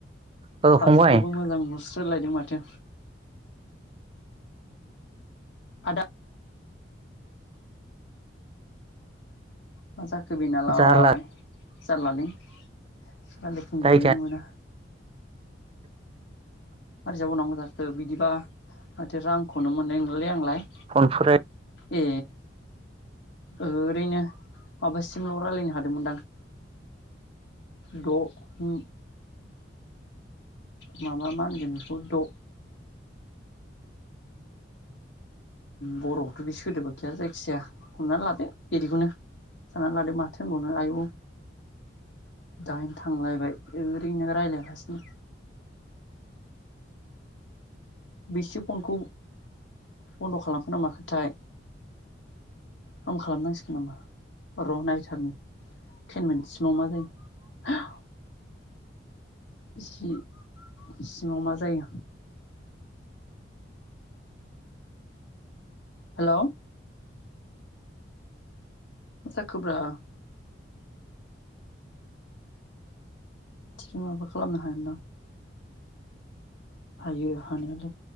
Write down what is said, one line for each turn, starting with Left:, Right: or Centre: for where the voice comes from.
Right: औ
Left: हाजोखौबो
Right: फंबाय
Left: मोजां नुस सोलायदों माथो आदा माजाखो बिना लाय
Right: जारला
Left: जारलालै रायलायफुं
Right: जायगायानो
Left: जोबनोनो मोना मारै जाबावनांगौ जाखो बिदिबा माथो रांखौनो मोननाय नंला लै आंलाय
Right: फनफोरायद
Left: ए ओरैनो माबासिमल रायजलायनो हादोंमोनदां द ओम माबा मा होनगोन बेखौ द बरआवथ बे सोदोबा गैया जायखिजाया हमनानै लादो बिदिखौनो सानानानै लादो माथो होनबावनो आयु दाइन थांलायबाय ओरैनो रायजलायालासिनो बेसो फनखौ बन्द खालामखो ना माखो थाय आंबो खालामनांसिगोन नामा र नायथारनि टेन मिनिटसिमाव मा जायो जि सिङाव मा जायो हेल मा‌ जाखो ब्रा बिदिनो माबा खालामनो हागोनदां हायो हानायालाय